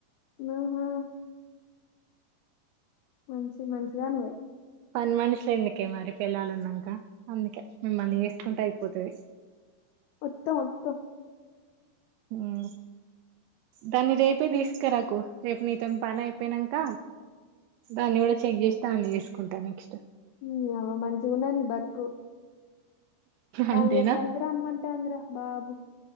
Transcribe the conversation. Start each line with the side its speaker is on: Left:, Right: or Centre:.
Left: అహా మంచి మంచిదానివే
Right: పని మనుషులు ఎందుకే మరి పెల్లలు ఉన్నాంక అందుకే మిమ్మల్ని చేసుకుంటే అయిపోతుది
Left: ఒత్తం ఒత్తం
Right: ఉమ్ దాన్ని రేపే తీసుకురాకు రేపు నీతోని పని అయిపోయినంక దాన్ని కూడా చెక్ చేసి దాన్ని చేసుకుంటా నెక్స్ట్
Left: నిఅవ్వ మంచిగాన్నాద్ నీ బతుకు పనీ
Right: అంతేనా
Left: చేత్తనికి రమ్మంటంద్ర బాబు